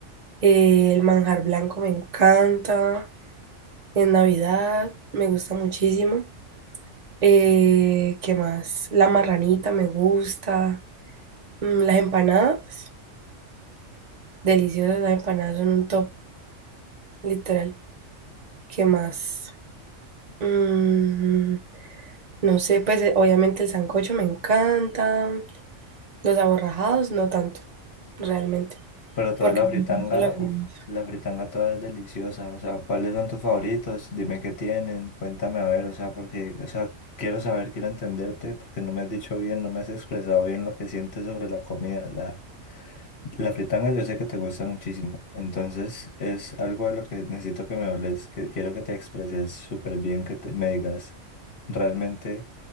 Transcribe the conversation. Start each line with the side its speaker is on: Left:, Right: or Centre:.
Right: Eh, el manjar blanco me encanta, en Navidad me gusta muchísimo. Eh, ¿qué más? La marranita me gusta, Mm, las empanadas, deliciosas las empanadas, son un top, literal. ¿Qué más? Mm, no sé, pues eh, obviamente el sancocho me encanta, los aborrajados no tanto, realmente.
Left: Pero toda
Right: Porque
Left: la
Right: me
Left: fritanga,
Right: gusta la fritanga.
Left: uff, la fritanga toda es deliciosa. O sea, ¿cuáles son tus favoritos? Dime qué tienen, cuéntame a ver, o sea, porque, o sea, quiero saber, quiero entenderte, porque no me has dicho bien, no me has expresado bien lo que sientes sobre la comida. La, la fritanga yo sé que te gusta muchísimo, entonces es algo de lo que necesito que me hables, que quiero que te expreses súper bien, que te- me digas realmente